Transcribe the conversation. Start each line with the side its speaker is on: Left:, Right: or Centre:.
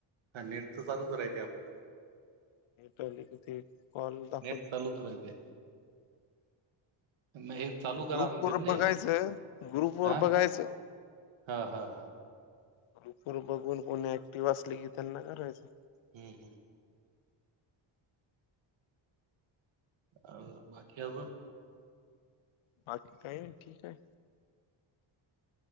Right: हा नेट तर चालूच राहते आपलं
Left: पहिले किती कॉल दा
Right: गॅस चालूच राहते. म हे चालू करा
Left: ग्रुप
Right: म्हणतात
Left: वर
Right: नाही
Left: बघायचं ग्रुप वर
Right: हा
Left: बघायचं.
Right: हा हा हा
Left: ग्रुपर बघून कोणी ऍक्टिव्ह असली की त्यांना करायचं
Right: हम्म हम्म आहो बाकी अजून
Left: बाकी काही ठीक आहे.